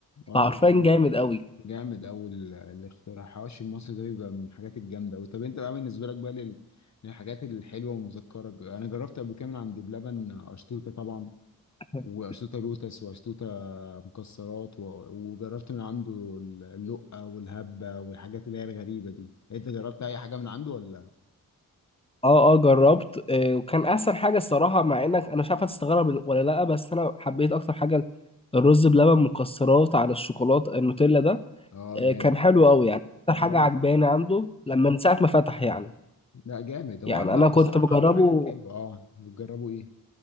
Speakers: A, on the left (about 50°); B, on the left (about 15°).
A: اه
B: فعرفان
A: بالظبط
B: جامد قوي
A: جامد أوي ال- الاختراع حواشي المصري ده بيبقى من الحاجات الجامدة أوي طب أنت بقى بالنسبة لك بقى لل... للحاجات الحلوة ومذكرك أنا جربت قبل كده من عند بلبن أشطوطة طبعا
B: <laughs>
A: وأشطوطة لوتس وأشطوطة مكسرات و... وجربت من عنده ال- اللقة والهبة والحاجات اللي هي الغريبة دي أنت جربت أي حاجة من عنده ولا؟
B: اه اه جربت آه، وكان احسن حاجه الصراحه مع انك انا مش عارف هتستغرب ولا لا بس انا حبيت اكتر حاجه الرز بلبن مكسرات على الشوكولاته النوتيلا ده
A: أه
B: آه،
A: جامد
B: كان حلو قوي يعني اكتر
A: جامد
B: حاجه عجباني عنده لما من ساعه ما فتح يعني
A: لا جامد هو
B: يعني
A: عنده
B: انا
A: بصراحة
B: كنت بجربه
A: عنده حاجات حلوة أه بتجربوا إيه؟